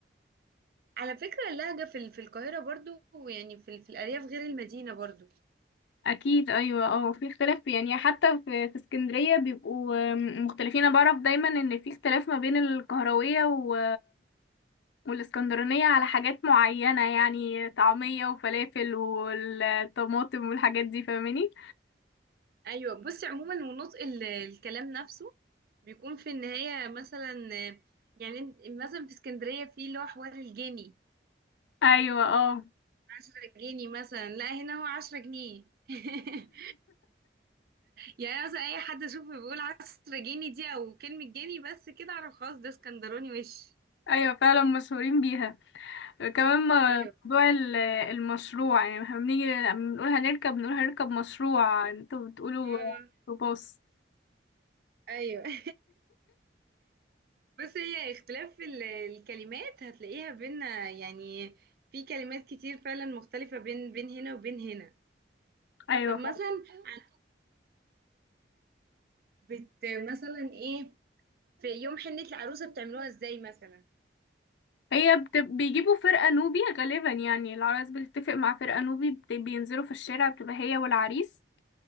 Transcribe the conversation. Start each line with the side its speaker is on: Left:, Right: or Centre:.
Right: على فكرة اللهجة في ال- في القاهرة برضو يعني في ال- في الأرياف غير المدينة برضو
Left: اكيد ايوه اه في اختلاف يعني حتى في في اسكندريه بيبقوا م- مختلفين انا بعرف دايما ان في اختلاف ما بين القهرويه و- والاسكندرانيه على حاجات معينه يعني طعميه وفلافل والطماطم والحاجات دي فاهماني
Right: أيوة بصي عموما ونطق ال- الكلام نفسه بيكون في النهاية مثلا آه، يعني مثلا في اسكندرية في اللي هو حوار الجني
Left: ايوه اه
Right: عشرة جنيه مثلا لا هنا هو عشرة جنيه <laughs> يعني مثلا اي حد اشوفه بيقول عشرة جنيه دي او كلمة جنيه بس كده اعرف خلاص ده اسكندراني وش
Left: ايوه فعلا مشهورين بيها كمان م-
Right: ايوه
Left: موضوع ال- المشروع يعني احنا بنيجي لما بنقول هنركب بنقول هنركب مشروع انتوا بتقولوا
Right: آه،
Left: باص
Right: ايوه <laughs> بس هي اختلاف ال- الكلمات هتلاقيها بينا يعني في كلمات كتير فعلا مختلفة بين بين هنا وبين هنا
Left: ايوه
Right: طب مثلا عن- بت مثلا ايه في يوم حنة العروسة بتعملوها ازاي مثلا
Left: هي بت... بيجيبوا فرقة نوبي غالبا يعني العرايس بتتفق مع فرقة نوبي بت... بينزلوا في الشارع بتبقى هي والعريس